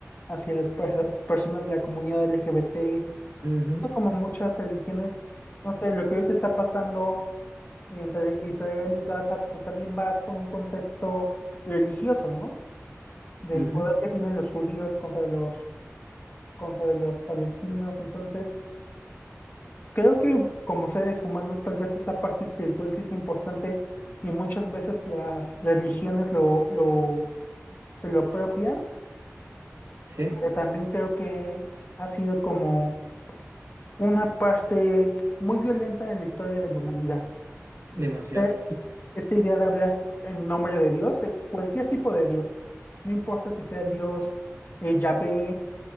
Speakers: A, on the left (about 45°); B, on the right (about 90°).
A: hacia las per- personas de la comunidad LGBT.
B: ujú,
A: Son como muchas religiones, no sé, lo que ahorita está pasando entre Israel y Gaza, pues también va con un contexto religioso, ¿no? Del
B: ujú.
A: poder que tienen los judíos contra los, contra los palestinos. Entonces, Creo que como seres humanos tal vez esta parte espiritual sí es importante y muchas veces las religiones lo, lo, se lo apropian,
B: Sí,
A: pero también creo que ha sido como una parte muy violenta en la historia de la humanidad.
B: demasiado.
A: Eh, Esta idea de hablar en nombre de Dios, de cualquier tipo de Dios, no importa si sea el Dios eh, Yahvé